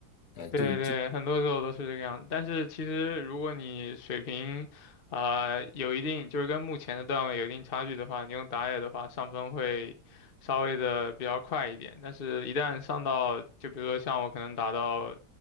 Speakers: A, on the left (about 60°); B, on the left (about 40°).
A: 嗯、啊就
B: 对对，很多时候都是这个样子。但是其实，如果你水平，啊有一定，就是跟目前的段位有一定差距的话，你用打野的话，上分会稍微的比较快一点。但是，一旦上到，就比如说像我可能打到，